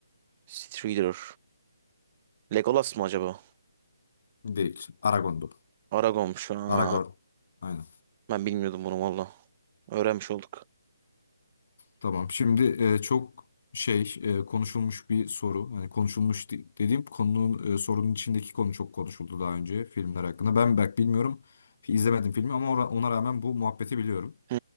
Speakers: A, on the right; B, on the left.
A: Strider. Legolas mı acaba?
B: değil. Aragon'du.
A: Aragorn'muş. Aa,
B: Aragorn. Aynen.
A: Ben bilmiyordum bunu valla. Öğrenmiş olduk.
B: Tamam. Şimdi e, çok şey e, konuşulmuş bir soru. Hani konuşulmuş de- dediğim konunun e, sorunun içindeki konu çok konuşuldu daha önce filmler hakkında. Ben belki bilmiyorum. izlemedim filmi ama ora- ona rağmen bu muhabbeti biliyorum.
A: Hı,